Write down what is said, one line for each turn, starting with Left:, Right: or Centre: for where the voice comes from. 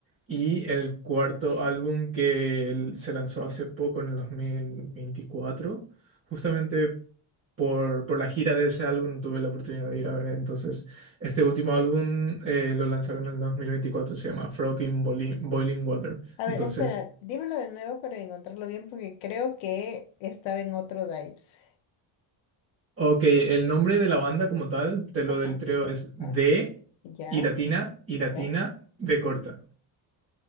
Right: Y el cuarto álbum que él se lanzó hace poco, en el dos mil veinticuatro justamente por, por la gira de ese álbum tuve la oportunidad de ir a ver. Entonces, este último álbum eh, lo lanzaron en el dos mil veinticuatro se llama Frog in Boili- Boiling Water.
Left: A
Right: Entonces,
Left: ver, espera, dímelo de nuevo para encontrarlo bien porque creo que estaba en otro Dives.
Right: ok, el nombre de la banda como tal, te lo
Left: Ajá,
Right: deletreo, es D
Left: ah, ya,
Right: y latina y latina
Left: ya.
Right: de corta.